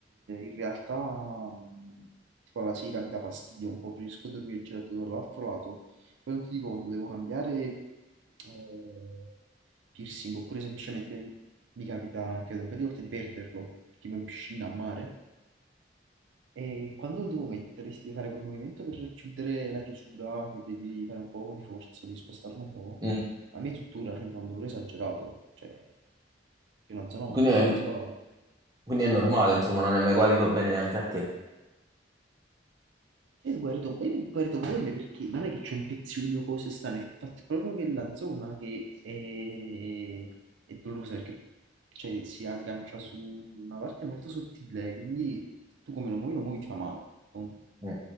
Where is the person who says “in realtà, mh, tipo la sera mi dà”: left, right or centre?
Right